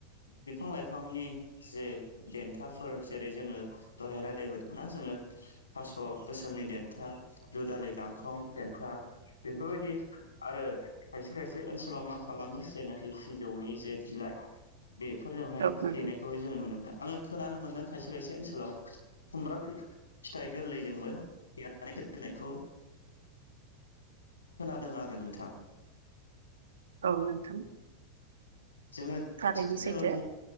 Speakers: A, on the left; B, on the right.
A: बिफां लाइफां बिफांनि जे देथाफोर जेरै जोङो दहाय रायलायबोदोंना जोङो थास' गोसोमनि देन्था दुदालि गांखं देन्था बेफोरबायदि आरो खायसे खायसे ओनसोलाव मा खालामो जेनाखि सिजौनि जे बिलाइ बेफोरजोंहाय
B: औ नोंथां
A: बेहाय जोङो नुनो मोनदों आङो खोनानो मोनदों खायसे खायसे ओनसोलाव खुमब्रा फिथाइ गोरलैजोंबो देरनानै दोननायखौ खोनादों आरो नोंथां।
B: औ नोंथां।
A: जोङो
B: थारैनो
A: थिग जोङो
B: सैथो